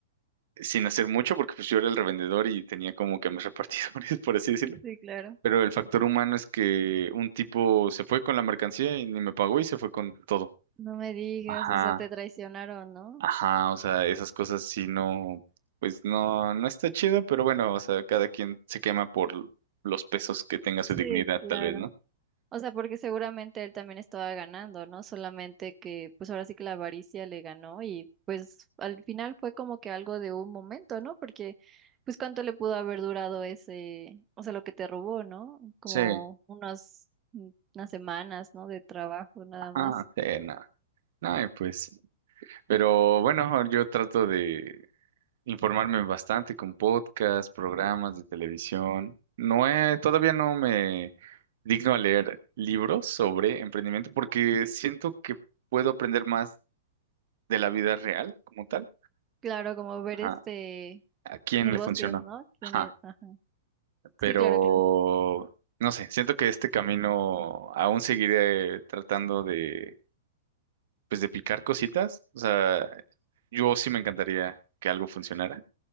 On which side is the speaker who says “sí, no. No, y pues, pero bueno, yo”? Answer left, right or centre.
Right